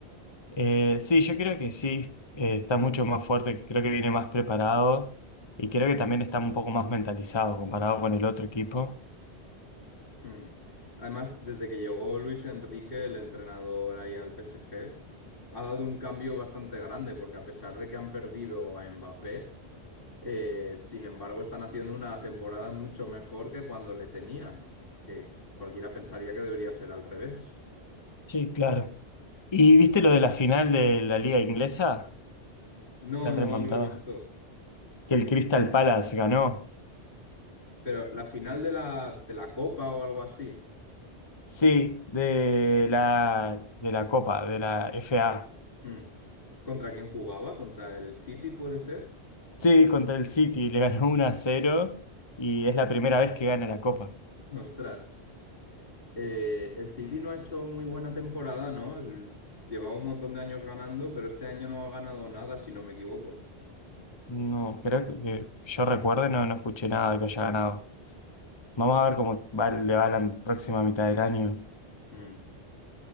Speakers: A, on the left (about 25°); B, on the left (about 55°).
A: Eh, sí, yo creo que sí. Eh, está mucho más fuerte, creo que viene más preparado y creo que también está un poco más mentalizado comparado con el otro equipo.
B: Mm. Además, desde que llegó Luis Enrique, el entrenador ahí al PSG, ha dado un cambio bastante grande, porque a pesar de que han perdido a Mbappé, eh, sin embargo están haciendo una temporada mucho mejor que cuando le tenían, que cualquiera pensaría que debería ser al revés.
A: Sí, claro. ¿Y viste lo de la final de la liga inglesa?
B: No,
A: La
B: no
A: remontada.
B: lo he visto.
A: Que el Crystal Palace ganó.
B: Pero la final de la, de la Copa o algo así,
A: Sí, de la, de la Copa, de la FA.
B: mm. ¿Contra quién jugaba? ¿Contra el City puede ser?
A: Sí, contra el City, le ganó uno a cero y es la primera vez que gana la Copa.
B: <laughs> Ostras. Eh, el City no ha hecho muy buena temporada, ¿no? El- llevaba un montón de años ganando, pero este año no ha ganado nada, si no me equivoco.
A: No, creo que, que yo recuerde, no, no escuché nada que haya ganado. Vamos a ver cómo va- le va la próxima mitad del año.
B: Mm.